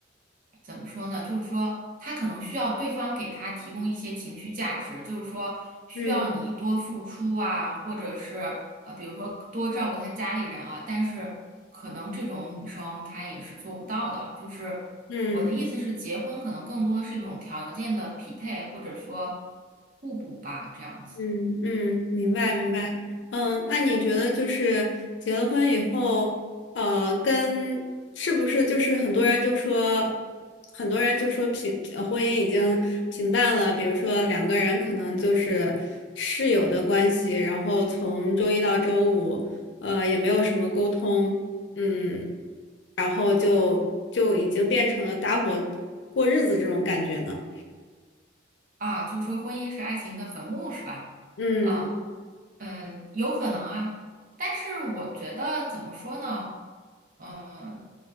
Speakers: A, on the right; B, on the left.
A: 怎么说呢？就是说，他可能需要对方给他提供一些情绪价值，就是说需要你多付出啊，
B: 嗯嗯。
A: 或者是呃，比如说多照顾他家里人啊。但是可能这种女生她也是做不到的。就是我的意思是，
B: 嗯
A: 结婚可能更多是一种条件的匹配，或者说互补吧，这样子
B: 嗯嗯，明白明白。嗯，那你觉得就是结了婚以后，呃，跟是不是就是很多人就说，很多人就说平呃婚姻已经平淡了，比如说两个人可能就是室友的关系，然后从周一到周五，呃，也没有什么沟通，嗯，然后就就已经变成了搭伙过日子这种感觉呢。
A: 啊，就是说婚姻是爱情的坟墓，是吧？
B: 嗯
A: 啊。嗯，有可能啊，但是我觉得怎么说呢？嗯，